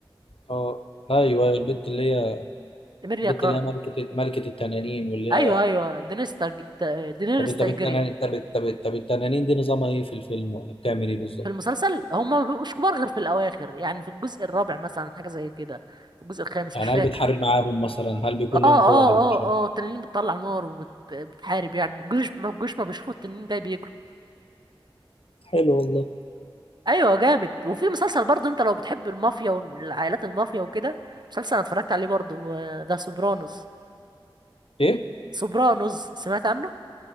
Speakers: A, on the left (about 80°); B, on the right (about 50°).
A: اه ايوه البت اللي هي
B: إيميليا
A: البت
B: كلارك
A: اللي هي ملكة ملكة التنانين واللي
B: ايوه
A: هي
B: ايوه دينيس تارج... تا- دينيريس
A: طب
B: تايجيريان
A: طب التنانين طب طب طب التنانين دي نظامها ايه في الفيلم ولا بتعمل ايه بالظبط؟
B: في المسلسل هم ما بيبقوش كبار غير في الاواخر يعني في الجزء الرابع مثلا حاجه زي كده في الجزء الخامس
A: يعني
B: مش فاكر
A: هل بتحارب معاهم مثلا؟ هل بيكون
B: اه اه
A: لهم قوة على البشر؟
B: اه اه التنانين بتطلع نار وبتحارب يعني الجيوش ما الجيوش ما بيشوفوا التنين جاي بيجروا
A: حلو والله
B: ايوه جامد وفي مسلسل برضه انت لو بتحب المافيا والعائلات المافيا وكده مسلسل انا اتفرجت عليه برضه آه، ده سوبرانوس
A: ايه؟
B: سوبرانوس سمعت عنه